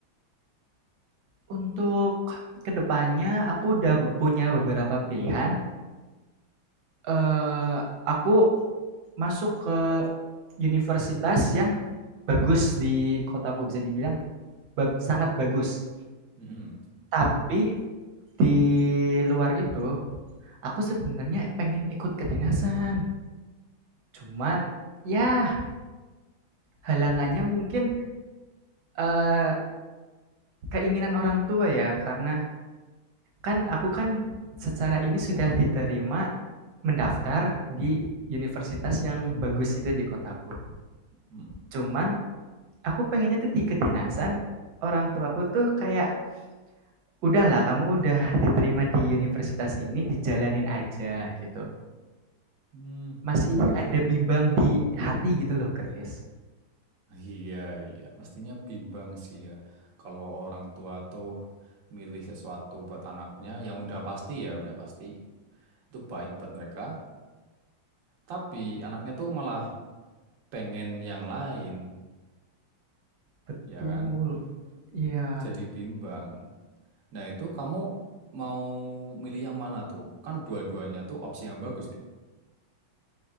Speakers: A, on the right; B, on the right.
A: Untuk kedepannya aku udah be punya beberapa pilihan, eee, aku masuk ke universitas yang bagus di kotaku, bisa dibilang bag sangat bagus.
B: Mm-mm.
A: Tapi di luar itu aku sebenarnya pengen ikut kedinasan. Cuman ya halangannya mungkin eh, keinginan orang tua ya karena kan aku kan secara ini sudah diterima mendaftar di universitas yang bagus itu di kotaku.
B: Hmm.
A: Cuman aku pengennya tuh di kedinasan orang tuaku tuh kayak udahlah kamu udah diterima di universitas ini dijalanin aja gitu.
B: Hmm,
A: Masih ada bimbang di hati gitu loh, Chris.
B: Iya, iya. Mestinya bimbang sih ya. Kalau orang tua tuh milih sesuatu buat anaknya yang udah pasti ya, udah pasti itu baik buat mereka. Tapi anaknya tuh malah pengen yang lain,
A: Betul,
B: ya kan?
A: iya
B: Jadi bimbang. Nah, itu kamu mau milih yang mana tuh? Kan dua-duanya tuh opsi yang bagus, Lip.